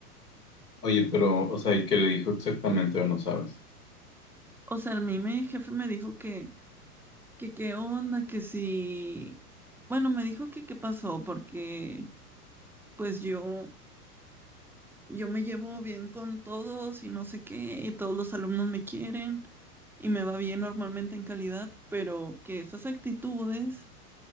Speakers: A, on the left; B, in the centre.
A: Oye, pero, o sea, ¿y qué le dijo exactamente o no sabes?
B: O sea, a mí mi jefe me dijo que, que qué onda, que si... Bueno, me dijo que qué pasó, porque pues yo yo me llevo bien con todos y no sé qué, y todos los alumnos me quieren y me va bien normalmente en calidad, pero que esas actitudes